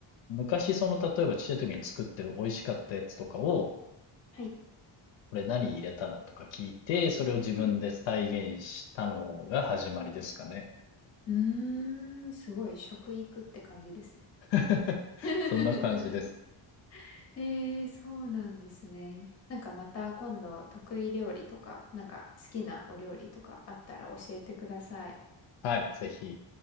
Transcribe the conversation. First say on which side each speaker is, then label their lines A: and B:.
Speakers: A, on the left; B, on the left.
A: 昔その、例えばちっちゃい時に作って美味しかったやつとかを、
B: はい。
A: これ何入れたのとか聞いて、それを自分で再現したのが始まりですかね。
B: うん。うーん、すごい食育って感じですね。
A: <laughs>
B: <laughs>
A: そんな感じです。
B: ええ、そうなんですね。なんかまた今度得意料理とか、なんか好きなお料理とかあったら教えてください。
A: はい、ぜひ。